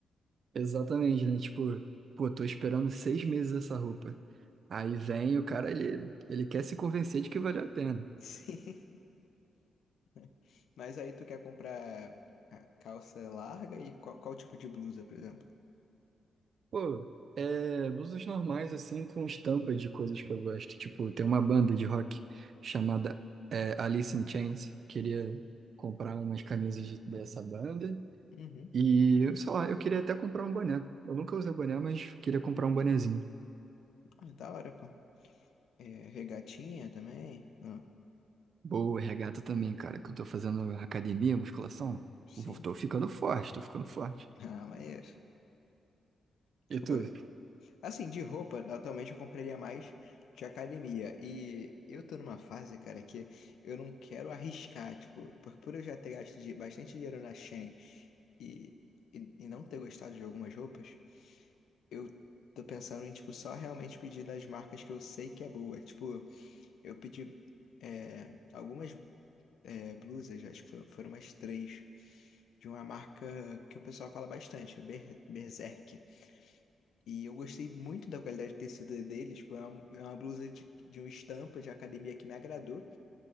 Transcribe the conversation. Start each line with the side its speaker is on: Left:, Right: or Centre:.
Right: Exatamente, né? Tipo, pô, tô esperando seis meses essa roupa. Aí vem o cara, ele, ele quer se convencer de que valeu a pena.
Left: <laughs> Sim. <laughs> Mas aí tu quer comprar a calça larga e qual, qual tipo de blusa, por exemplo?
Right: Pô, é blusas normais, assim, com estampa de coisas que eu gosto. Tipo, tem uma banda de rock chamada é, Alice in Chains. Queria comprar umas camisas de- dessa banda.
Left: Uhum.
Right: E, sei lá, eu queria até comprar um boné. Eu nunca usei boné, mas queria comprar um bonezinho.
Left: Ah, Da hora, pô. É, regatinha também? Ah,
Right: Boa, regata também, cara, que eu tô fazendo academia, musculação.
Left: sim.
Right: eu vou- Tô
Left: <laughs>
Right: ficando forte, tô ficando forte.
Left: Ah, maneiro. Tipo,
Right: E tu?
Left: assim, de roupa, atualmente eu compraria mais de academia. E eu tô numa fase, cara, que eu não quero arriscar, tipo, por, por eu já ter gasto de, bastante dinheiro na Shein e, e, e não ter gostado de algumas roupas, eu tô pensando em, tipo, só realmente pedir das marcas que eu sei que é boa. Tipo, Eu pedi é, algumas é, blusas, acho que fo- foram umas três, de uma marca que o pessoal fala bastante, Ber- Berserk. E eu gostei muito da qualidade de tecido deles, tipo, é uma, é uma blusa de, de uma estampa de academia que me agradou.